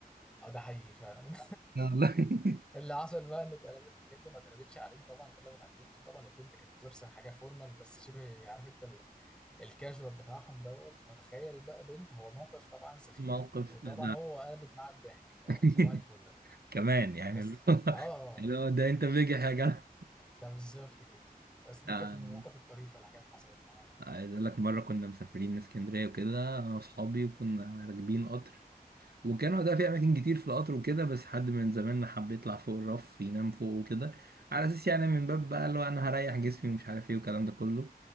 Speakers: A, in the centre; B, on the right (about 80°).
A: اه ده حقيقي فعلا <laughs>
B: والله <laughs>
A: اللي حصل بقى ان اتقلبت بجد وما اتقلبتش علينا طبعا اتقلبت على البنت طبعا البنت كانت لابسه حاجه فورمال بس شبه عارف انت ال- الكاجوال بتاعهم دوت فتخيل بقى بنت هو موقف طبعا سخيف
B: موقف
A: وطبعا
B: ده
A: هو قلبت معاه بضحك اه
B: <laughs>
A: صباح الفل
B: كمان يعني
A: بس
B: اللي هو <laughs>
A: اه آه، آه،
B: اللي هو ده انت بيجح يا جدع
A: ده بالظبط كده بس دي
B: آه،
A: كانت من المواقف الطريفه اللي حاجات حصلت معانا يعني
B: عايز اقول لك مره كنا مسافرين اسكندريه وكده انا واصحابي وكنا راكبين قطر والجامع ده فيه أماكن كتير في القطر وكده بس حد من زمايلنا حب يطلع فوق الرف ينام فوق وكده على أساس يعني من باب بقى اللي هو أنا هريح جسمي ومش عارف إيه والكلام ده كله